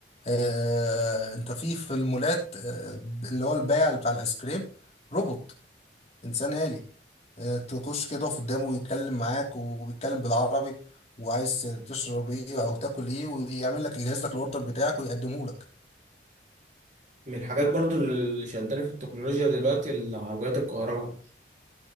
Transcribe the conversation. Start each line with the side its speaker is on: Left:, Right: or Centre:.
Left: آه انت في في المولات آه اللي هو البائع اللي بتاع الايس كريم روبوت انسان آلي آه تخش كده تقف قدامه ويتكلم معاك وبيتكلم بالعربي وعايز تشرب ايه او تاكل ايه ويعمل لك يجهز لك الاوردر بتاعك ويقدمه لك
Right: من الحاجات برضو اللي شداني في التكنولوجيا دلوقتي العربيات الكهرباء